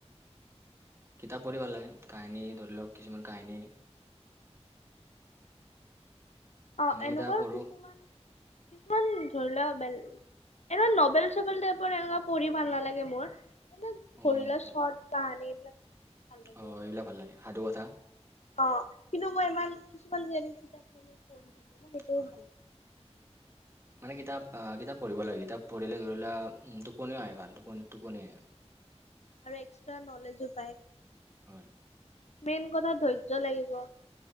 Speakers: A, on the right (about 25°); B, on the left (about 75°).
A: কিতাপ পঢ়ি ভাল লাগে, কাহিনী ধৰি লওক কিছুমান কাহিনী
B: অ
A: এনে
B: এনেকুৱাও
A: কিতাপ পঢ়ো
B: কিছুমান কিছুমান ধৰি লোৱা বেল এনেকুৱা নবেল - চবেল টাইপৰ এনেকুৱা পঢ়ি ভাল নালাগে মোৰ। মানে ধৰি
A: অ নভেল
B: লোৱা শৰ্ট কাহানী এইবিলাক ভাল লাগে
A: অ
B: আৰু।
A: এইবিলাক ভাল লাগে সাধু কথা
B: অ কিন্তু মই ইমান কিছুমান যেনে কিতাপ মেলি পঢ়ি থাকে মই সেইটোও
A: হয়
B: ভাল ন।
A: মানে কিতাপ আ কিতাপ পঢ়িব লাগে, কিতাপ পঢ়িলে ধৰি লোৱা উম টোপনিও আহে ভাল টোপনি - টোপনি আহে।
B: আৰু এক্সট্ৰা নলেজো পায়।
A: হয়।
B: মেইন কথা ধৈৰ্য লাগিব।